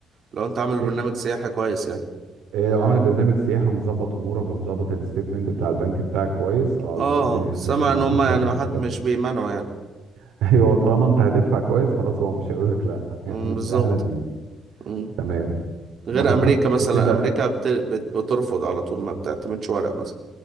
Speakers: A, on the right; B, on the right.
A: لو انت عامل
B: إيه-
A: برنامج سياحي كويس يعني
B: إيه لو عامل برنامج سياحي ومظبط امورك ومظبط الستيتمنت بتاع البنك بتاعك كويس اه
A: اه
B: لا الدنيا
A: سامع
B: هتمشي معاك
A: ان هم
B: ما
A: يعني
B: فيهاش
A: ما
B: مشكله
A: حد مش بيمنعوا يعني
B: <laughs> ايوه طالما انت هتدفع كويس خلاص هو مش هيقول لك لا <laughs> يعني
A: مم،
B: انت
A: بالظبط
B: اهلا بيك
A: مم.
B: تمام
A: غير
B: ما فكرتش
A: امريكا مثلا
B: قبل كده
A: امريكا بت... بت... بترفض على طول ما بتعتمدش ورق مثلا